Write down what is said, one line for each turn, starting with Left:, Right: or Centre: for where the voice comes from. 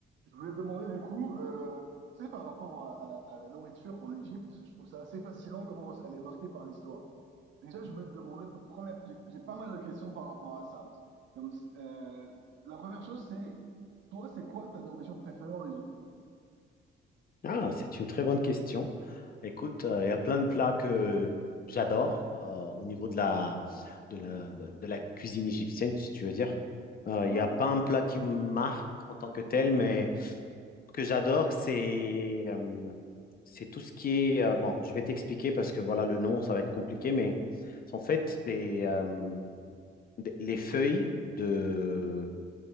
Right: Je voulais te demander du coup, euh, tu sais, par rapport à, à la, à la nourriture en Égypte, je trouve ça assez fascinant comment elle est marquée par l'histoire. Déjà, je voulais te demander, pre- première, j'ai j'ai pas mal de questions par rapport à ça. Comme, c- euh, la première chose, c'est, toi, c'est quoi ta nourriture préférée en Égypte?
Left: Ah, c'est une très bonne question. Écoute, euh, il y a plein de plats que j'adore euh, au niveau de la, de la, de, de la cuisine égyptienne, si tu veux dire. Euh, il
Right: Ouais,
Left: n'y a pas un plat qui me marque en tant que tel, mais ce que j'adore, c'est euh, c'est tout ce qui est... euh, bon, je vais t'expliquer parce que voilà, le nom, ça va être compliqué, mais c'est en fait des, euh, des- les feuilles de,